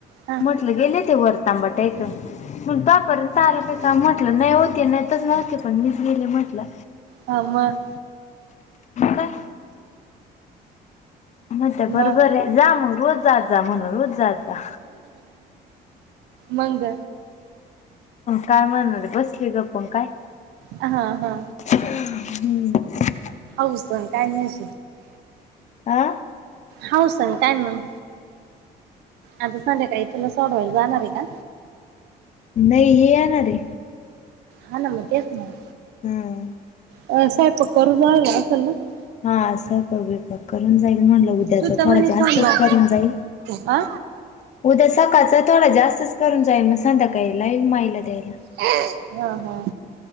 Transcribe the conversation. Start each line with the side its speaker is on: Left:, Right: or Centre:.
Right: हा हा
Left: म्हटलं गेले ते वर तांबाट ऐकून ता पर <unintelligible> चाल काय का म्हटलं नाही हो, ते नेतच नव्हते पण मीच गेले म्हटलं.
Right: हा मग.
Left: काय मग ते
Right: म
Left: बरोबर आहे, जा मग रोज जात जा म्हणलं, रोज जात जा.
Right: मंग.
Left: काय म्हणाले बसली गप्प आणि काय.
Right: हा हा.
Left: हम्म.
Right: होस आहे काय नाहीस
Left: हा.
Right: हाऊसन काय मंग. आता संध्याकाळी तुला सोडवायला जाणार आहे का?
Left: नाही हे येणार रे.
Right: हा ना मग तेच ना.
Left: हम्म.
Right: साहेब तो करू राहिला असेल ना <unintelligible>
Left: हा असलं. पग विपक करून जाईल म्हणलं उद्याच
Right: तू तर
Left: थोडा
Right: म्हणे
Left: जास्तच
Right: सोमवार
Left: करून जाईल.
Right: हा
Left: उद्या सकाळचं तर थोडा जास्तच करून जाईल मग संध्याकाळीला माईला द्यायला.
Right: <unintelligible> हा